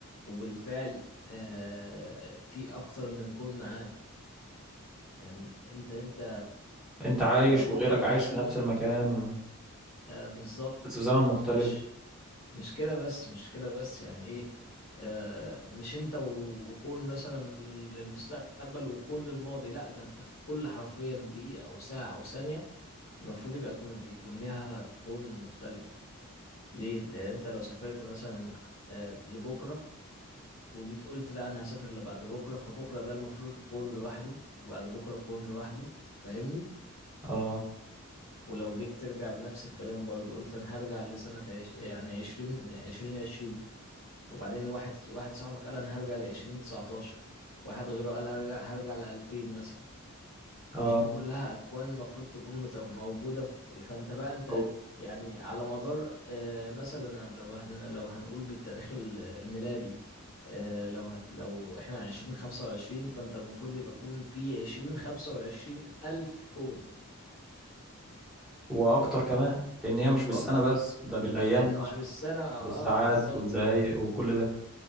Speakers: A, on the left; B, in the centre.
A: وبالفعل آه في اكتر من كون معاك يعني انت انت
B: انت عايش
A: آه، بكرة
B: وغيرك عايش
A: مثلا
B: في نفس المكان و...
A: آه، بالظبط
B: بس في زمن مختلف
A: مش مش كده بس مش كده بس يعني ايه آه، مش انت و- وكون مثلا لل- للمستقبل وكون للماضي لا ده انت في كل حرفيا دقيقة او ساعة او ثانية المفروض يبقى يكون يكون ليها كون مختلف ليه؟ لان انت لو سافرت مثلا آه، لبكرة وجيت قلت لا انا هسافر لبعد بكرة فبكرة ده المفروض يكون لوحده وبعد بكرة يكون لوحده فاهمني؟
B: اه
A: ولو جيت ترجع بنفس الكلام برضو قلت انا هرجع لسنة عش... يعني عشرين عشرين عشرين وبعدين واحد واحد صاحبك قال انا هرجع لعشرين تسعتاشر واحد غيره قال هرجع هرجع لألفين مثلا مش
B: اه
A: دي كلها أكوان المفروض تكون مت... موجودة في فأنت بقى أنت
B: أو-
A: يعني على مدار آه، مثلا لو هن... لو هنقول بالتاريخ ال- الميلادي آه، لو هت... لو احنا عشرين خمسة وعشرين فأنت المفروض يبقى يكون في عشرين خمسة وعشرين ألف كون
B: واكتر كمان لان هي مش بالسنه
A: وأكتر
B: بس ده بالايام
A: لان
B: كمان
A: مش بالسنه او
B: بالساعات
A: اه بالظبط
B: والدقايق
A: ف...
B: وكل ده